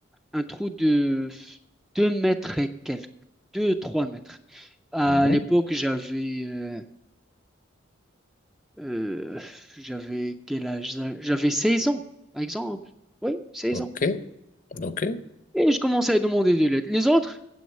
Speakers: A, in the centre; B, on the left.
A: un trou de deux mètres et quelques, deux trois mètres. À
B: Mhm.
A: l'époque, j'avais euh, Euh, j'avais quel âge? J'avais 16 ans, par exemple. Oui, 16
B: OK.
A: ans.
B: OK.
A: Et je commençais à demander de l'aide. Les autres,